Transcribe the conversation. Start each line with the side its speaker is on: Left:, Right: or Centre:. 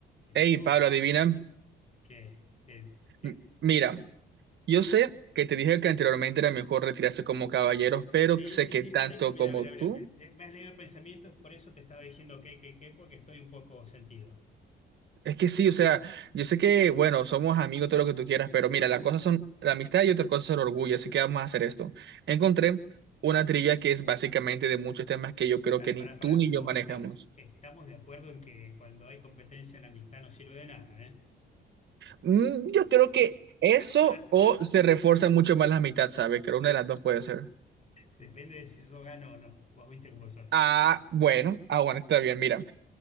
Left: Listo.
Right: Hey, Pablo, adivina.
Left: ¿Qué? ¿Qué? ¿Qué?
Right: M- Mira, yo sé que te dije que anteriormente era mejor retirarse como caballeros, pero
Left: Sí,
Right: sé
Left: sí,
Right: que
Left: sí,
Right: tanto
Left: por eso, mira,
Right: como
Left: mira, mira,
Right: tú.
Left: me, me- me has leído el pensamiento, por eso te estaba diciendo qué, qué, qué, porque estoy un poco sentido.
Right: Es que sí, o sea, yo sé que, bueno, somos amigos, todo lo que tú quieras, pero mira, las cosas son la amistad y otra cosa es el orgullo, así que vamos a hacer esto. Encontré una trivia que es básicamente de muchos temas que yo creo
Left: Para,
Right: que
Left: para,
Right: ni tú
Left: para,
Right: ni
Left: no,
Right: yo manejamos.
Left: está, estamos de acuerdo en que cuando hay competencia la amistad no sirve de nada, ¿eh?
Right: Mm, yo creo que eso
Left: <laughs>
Right: o se refuerza mucho más la amistad, ¿sabes? Creo una de las dos puede ser.
Left: Depende de si yo gano o no. Vos viste cómo soy.
Right: Ah, bueno, ah, bueno, está bien, mira.